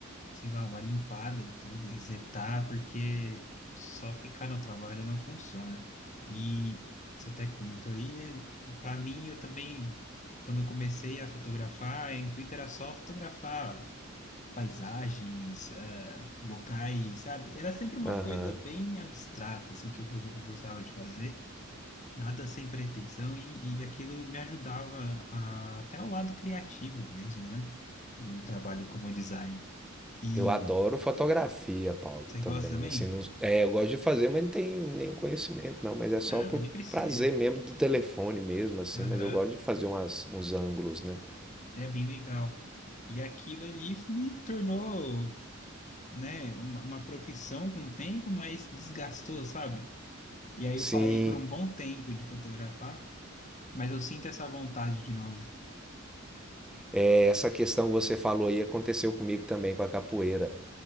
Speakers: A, on the left (about 35°); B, in the centre.
A: sei lá, uma limpada em tudo, resetar, porque só ficar no trabalho não funciona. E você até comentou aí, né? Para mim, eu também, quando eu comecei a fotografar, o intuito era só fotografar paisagens, eh, locais, sabe? Era sempre uma
B: Aham.
A: coisa bem abstrata, assim, que eu go- gostava de fazer. nada sem pretensão e, e aquilo me ajudava a, até o lado criativo mesmo, né? Do trabalho como design. E
B: Eu adoro fotografia, Paulo,
A: você gosta
B: também.
A: também?
B: Assim, não, é, eu gosto de fazer, mas não tenho nenhum conhecimento, não. Mas é só
A: Ah,
B: por
A: mas nem precisa.
B: prazer mesmo do telefone mesmo, assim.
A: Aham,
B: Mas eu gosto de fazer umas, uns ângulos, né?
A: É bem legal. E aquilo ali me tornou, né, uma, uma profissão com o tempo, mas desgastou, sabe? E aí eu
B: Sim,
A: parei por um bom tempo de fotografar, mas eu sinto essa vontade de novo.
B: é, essa questão que você falou aí aconteceu comigo também com a capoeira.